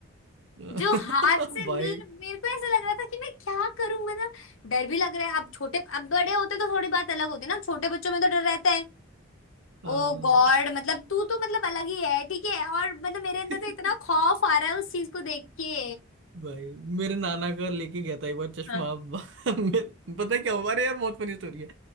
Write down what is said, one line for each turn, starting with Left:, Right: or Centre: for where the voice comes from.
Right: <laughs>
Left: जो हाथ से
Right: भाई
Left: मेरे मेरे को ऐसा लग रहा था कि मैं क्या करूं मतलब डर भी लग रहा है अब छोटे अब बड़े होते तो थोड़ी बात अलग होती है ना छोटे बच्चों में तो डर रहता है
Right: हाँ
Left: ओ गॉड मतलब तू तो मतलब अलग ही है ठीक है और मतलब मेरे
Right: <laughs>
Left: अंदर तो इतना खौफ आ रहा है उस चीज को देख के
Right: भाई मेरे नाना का लेके गया था एक बार चश्मा
Left: हाँ
Right: <laughs> मेरे- पता है क्या हुआ अरे यार बहुत फनी स्टोरी है